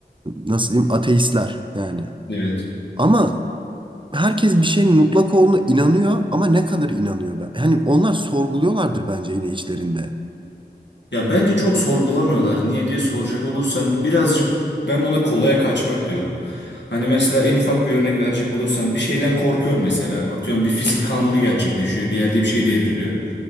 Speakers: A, on the right; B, on the left.
A: nasıl diyeyim ateistler yani.
B: Evet.
A: Ama herkes bir şeyin mutlak olduğuna inanıyor ama ne kadar inanıyor ben? Hani onlar sorguluyorlardır bence yine içlerinde.
B: Ya bence çok sorgulamıyorlar. Niye diye soracak olursan birazcık ben buna kolaya kaçmak diyorum. Hani mesela en ufak bir örnek verecek olursan bir şeyden korkuyorsun mesela. Atıyorum bir fizik kanunu gerçekleşiyor. Bir yerde bir şey devriliyor.